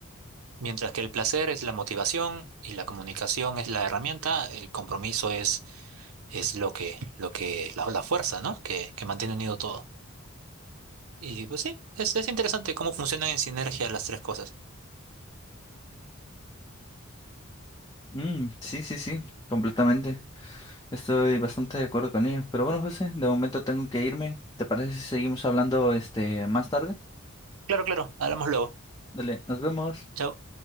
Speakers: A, on the right; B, on the left.
A: Mientras que el placer es la motivación y la comunicación es la herramienta, el compromiso es, es lo que, lo que, la, la fuerza, ¿no? Que, que mantiene unido todo. Y pues sí, es, es interesante cómo funcionan en sinergia las tres cosas.
B: Mm, sí, sí, sí, completamente. Estoy bastante de acuerdo con ello. Pero bueno, José, de momento tengo que irme. ¿Te parece si seguimos hablando este más tarde?
A: Claro, claro, hablamos luego.
B: Dale, nos vemos.
A: Chao.